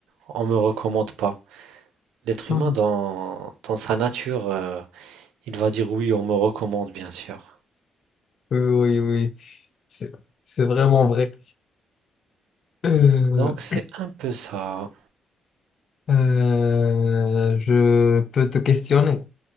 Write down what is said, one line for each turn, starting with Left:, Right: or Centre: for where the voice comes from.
Right: on me recommande pas». L'être
Left: Ah.
Right: humain dans dans sa nature, heu, il va dire: «Oui, on me recommande», bien sûr.
Left: Oui, oui, oui, c'est c'est vraiment vrai. Euh,
Right: Donc c'est un peu ça.
Left: euh, je peux te questionner.